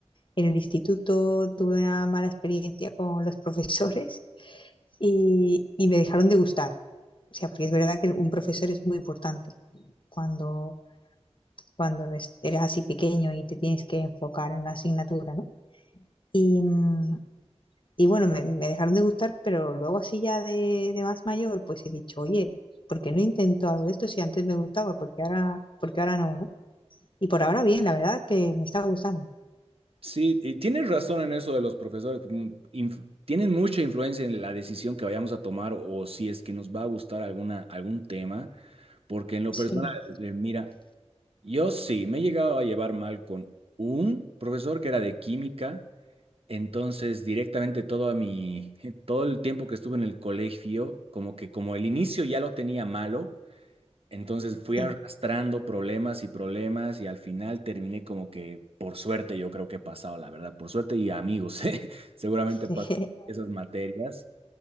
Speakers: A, on the left (about 45°); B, on the right (about 60°).
A: en el instituto tuve una mala experiencia con los profesores y, y me dejaron de gustar. O sea, porque es verdad que un profesor es muy importante cuando cuando es- eres así pequeño y te tienes que enfocar en una asignatura, ¿no? Y, mm, y bueno, me, me dejaron de gustar, pero luego así ya de, de más mayor, pues he dicho, oye, ¿por qué no intento algo de esto si antes me gustaba? porque ahora, porque ahora no, no? Y por ahora bien, la verdad que me está gustando.
B: Sí, y tienes razón en eso de los profesores. porque, mm, inf- tienen mucha influencia en la decisión que vayamos a tomar o si es que nos va a gustar alguna, algún tema, porque en lo
A: Sí,
B: personal, eh, mira. Yo sí, me he llegado a llevar mal con un profesor que era de química, entonces directamente todo mi, <laughs> todo el tiempo que estuve en el colegio, como que como el inicio ya lo tenía malo, entonces fui
A: sí,
B: arrastrando problemas y problemas y al final terminé como que por suerte yo creo que he pasado, la verdad, por suerte y amigos, <laughs> ¿eh? Seguramente pasan
A: <laughs>
B: esas materias.